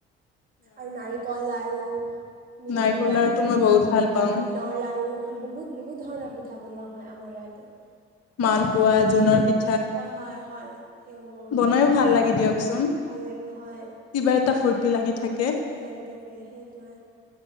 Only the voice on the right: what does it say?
আৰু নাৰিকল লাৰু মিঠৈ
লাৰু,
তিলৰ লাৰু বহুত বহুত বহুত ধৰণৰ পিঠা বনোৱা হয় আমাৰ ইয়াতে।
হয়, হয়, হয় সেইসমূহ
ভাল লাগে হয়।
ফূ্ৰ্তি লাগি থাকে সেইটোৱে।